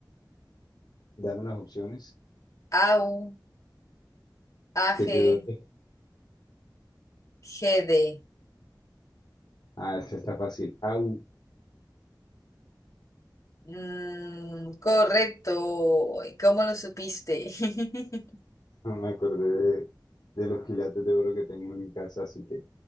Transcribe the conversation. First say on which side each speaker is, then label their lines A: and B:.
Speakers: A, on the left; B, on the left.
A: Dame las opciones
B: AU, AG,
A: que te doy.
B: GD.
A: Ah, eso está fácil. Au,
B: Mm, correcto. ¿Y ¿Cómo lo supiste? <laughs>
A: no me acordé de, de los quilates de oro que tengo en mi casa, así que